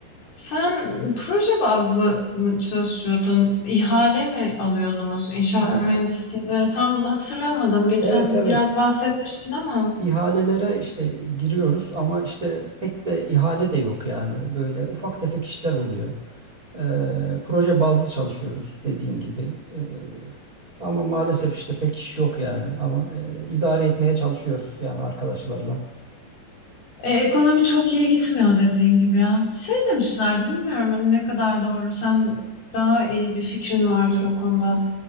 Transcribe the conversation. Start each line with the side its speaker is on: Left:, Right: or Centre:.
Left: Sen proje bazlı mı çalışıyordun? İhale mi alıyordunuz inşaat
Right: Ha,
Left: mühendisliğinde?
Right: ha,
Left: Tam hatırlamadım. Geçen
Right: evet evet.
Left: biraz bahsetmiştin ama
Right: İhalelere işte giriyoruz ama işte pek de ihale de yok yani. Böyle ufak tefek işler oluyor. Ee, proje bazlı çalışıyoruz dediğin gibi. Ee, ama maalesef işte pek iş yok yani. Ama e, idare etmeye çalışıyoruz yani arkadaşlarla.
Left: E, ekonomi çok iyi gitmiyor dediğin gibi ya. Şey demişlerdi bilmiyorum hani ne kadar doğru. Sen daha iyi bir fikrin vardır o konuda.